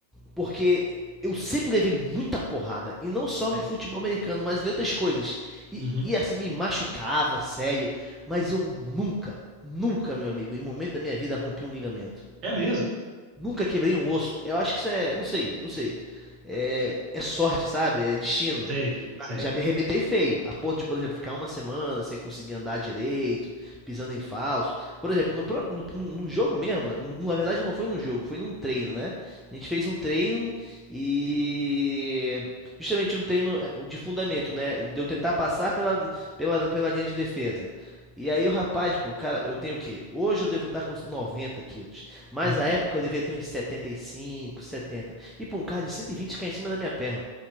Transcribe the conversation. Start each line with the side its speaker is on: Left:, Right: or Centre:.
Centre: Porque eu sempre levei muita porrada. E não só
Right: Sei.
Centre: no futebol americano, mas em outras coisas. E,
Right: Uhum.
Centre: e assim, me machucava, sério. Mas eu nunca, nunca, meu amigo, em momento da minha vida, rompi um ligamento.
Right: É mesmo?
Centre: Nunca quebrei um osso. Eu acho que isso é. Não sei, não sei. É, é sorte, sabe? É destino.
Right: Sei,
Centre: Mas
Right: sei.
Centre: Já me arrebentei feio. A ponto de, por exemplo, ficar uma semana sem conseguir andar direito, pisando em falso. Por exemplo, no, pró- no, num num jogo mesmo, num- na verdade não foi num jogo, foi num treino, né? A gente fez um treino e. Justamente um treino é, de fundamento, né? De eu tentar passar pela, pela, pela linha de defesa. E aí o rapaz, pô, o cara, eu tenho o quê? Hoje eu devo estar com uns 90 quilos. Mas
Right: Uhum.
Centre: a época eu devia ter uns 75, 70. E pô, um cara de 120 cai em cima da minha perna.